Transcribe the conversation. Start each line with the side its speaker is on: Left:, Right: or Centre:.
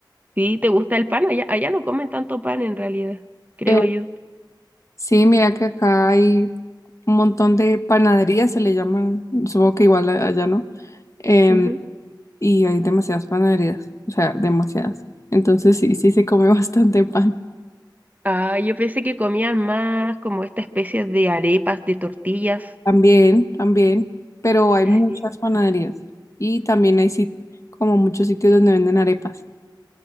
Right: Sí, ¿te gusta el pan? Allá, allá no comen tanto pan en realidad, creo
Left: Eh,
Right: yo.
Left: Sí, mira que acá hay un montón de panaderías, se le llaman, supongo que igual a- allá no, em,
Right: Ujú.
Left: y hay demasiadas panaderías, o sea, demasiadas. Entonces sí, sí se come <laughs> bastante pan.
Right: Ah, yo pensé que comían más como esta especie de arepas, de tortillas.
Left: También, también, pero hay muchas
Right: Sí.
Left: panaderías y también hay sit- como muchos sitios donde venden arepas.